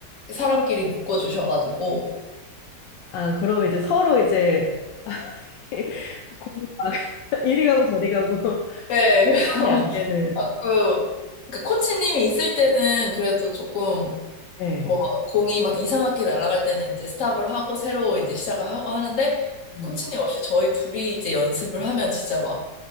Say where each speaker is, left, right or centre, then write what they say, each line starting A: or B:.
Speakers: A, on the left; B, on the left.
A: 사람끼리 묶어주셔가지고
B: 아, 그럼 이제 서로 이제 <laughs> 공이 막 <laughs> 이리 가고 저리 가고
A: 네, 그래서
B: <laughs> 손이 안 되는
A: <laughs> 가끔 그 코치님이 있을 때는 그래도 조금
B: 네.
A: 뭐 공이 막 이상하게 날아갈 때는 이제 스탑을 하고 새로 이제 시작을 하고 하는데
B: 음.
A: 코치님 없이 저희 둘이 이제 연습을 하면 진짜 막